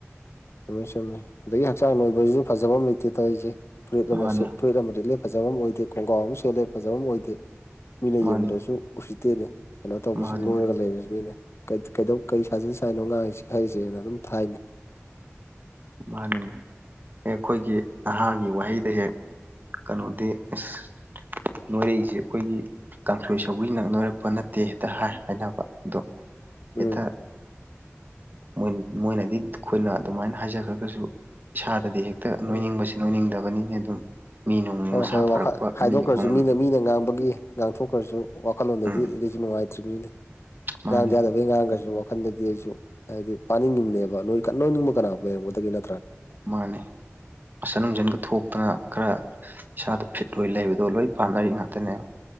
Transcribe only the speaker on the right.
ꯃꯥꯅꯤ
ꯃꯥꯅꯤ
ꯃꯥꯅꯤ
ꯃꯥꯅꯤꯅꯦ ꯑꯩꯈꯣꯏꯒꯤ ꯅꯍꯥꯒꯤ ꯋꯥꯍꯩꯗ ꯍꯦꯛ ꯀꯩꯅꯣꯗꯤ ꯏꯁ ꯅꯣꯏꯔꯛꯏꯁꯦ ꯑꯩꯈꯣꯏꯒꯤ ꯀꯥꯡꯁꯣꯏ ꯁꯧꯒꯔꯤꯅ ꯅꯣꯏꯔꯛꯄ ꯅꯠꯇꯦ ꯍꯦꯛꯇ ꯍꯥꯏ ꯍꯥꯏꯅꯕ ꯑꯗꯣ ꯍ‌ꯦꯠꯇ
ꯃ‌ꯣꯏꯅ ꯃꯣꯏꯅꯗꯤ ꯑꯩꯈꯣꯏꯅ ꯑꯗꯨꯃꯥꯏꯅ ꯍꯥꯏꯖꯈ꯭ꯔꯒꯁꯨ ꯏꯁꯥꯗꯗꯤ ꯍꯦꯛ ꯍ‌ꯦꯛꯇ ꯅꯣꯏꯅꯤꯡꯕꯁꯤ
ꯅꯣꯏꯅꯤꯡꯗꯕꯅꯤꯅꯦ ꯑꯗꯨꯝ ꯃꯤ ꯅꯨꯡ
ꯃꯁꯥ
ꯐꯔꯛꯄ
ꯃꯤ ꯑꯍꯨꯝ
ꯎꯝ
ꯃꯥꯅꯦ
ꯃꯥꯅꯦ ꯃꯁꯟ ꯅꯨꯡꯖꯟꯒ ꯊꯣꯛꯇꯅ ꯈꯔ ꯏꯁꯥꯗ ꯐꯤꯠ ꯑꯣꯏ ꯂꯩꯕꯗꯣ ꯂꯣꯏ ꯄꯥꯝꯅꯔꯤ ꯉꯥꯛꯇꯅꯦꯕ